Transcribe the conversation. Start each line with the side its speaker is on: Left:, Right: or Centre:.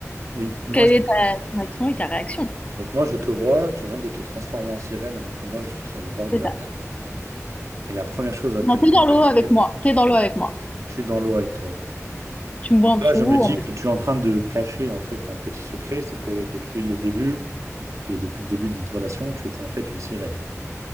Right: Oui, moi
Left: Quelle
Right: je...
Left: est ta ton action et ta réaction?
Right: Donc moi je te vois, tu viens de te transformer en sirène alors que moi je suis sur le bord de
Left: C'est
Right: la
Left: ça.
Right: mer. Et la première chose à laquelle
Left: Non, t'es dans
Right: je
Left: l'eau
Right: pense,
Left: avec
Right: c'est
Left: moi. T'es dans l'eau avec moi.
Right: je suis dans l'eau avec toi.
Left: Tu me vois
Right: Donc
Left: en dessous,
Right: là, je me dis
Left: on me...
Right: que tu es en train de cacher en fait un petit secret, c'est que depuis le début, et depuis le début de notre relation, tu étais en fait une sirène.